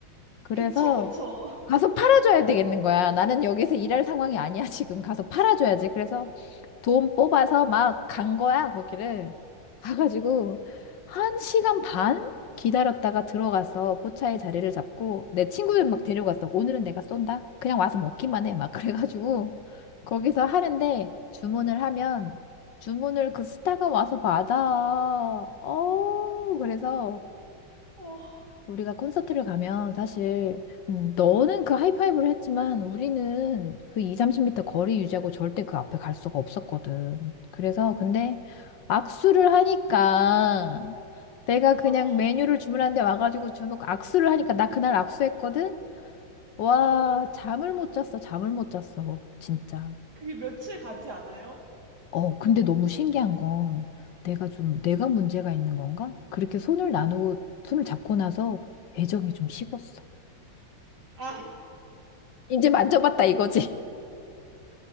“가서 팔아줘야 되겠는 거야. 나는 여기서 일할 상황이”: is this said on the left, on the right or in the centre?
Left